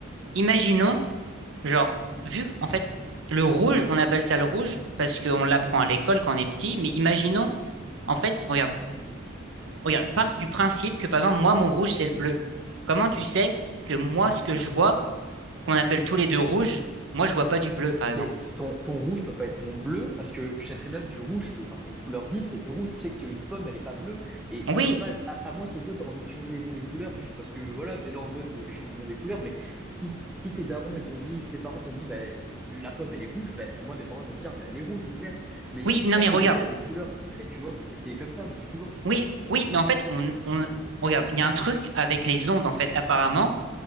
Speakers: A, on the right (about 65°); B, in the centre.
A: Imaginons, genre, vu, en fait, le rouge, on appelle ça le rouge parce qu'on l'apprend à l'école quand on est petit, mais imaginons, en fait, regarde, regarde, part du principe que, par exemple, moi, mon rouge, c'est le bleu. Comment tu sais que moi, ce que je vois, qu'on appelle tous les deux rouge, moi, je vois pas du bleu, par exemple.
B: Mais t- ton, ton rouge peut pas être mon bleu parce que tu sais très bien que du rouge, c'est enfin, c'est une couleur vive, c'est du rouge. Tu sais qu'une pomme, elle est pas bleue et
A: Oui,
B: tu peux pas, à, à moins que toi, tu as envie de changer les noms des couleurs juste parce que voilà, tu es là en mode euh, change le nom des couleurs. Mais si, si tes darons, ils t'ont dit, si tes parents t'ont dit, bah, la pomme, elle est rouge, bah, moi, mes parents, ils vont me dire, bah, elle est rouge ou verte. Mais
A: oui,
B: chaque
A: non, mais regarde.
B: objet a des couleurs attitrées, tu vois. Et c'est comme ça depuis toujours.
A: Oui, oui, mais en fait, on, on, regarde, il y a un truc avec les ondes, en fait, apparemment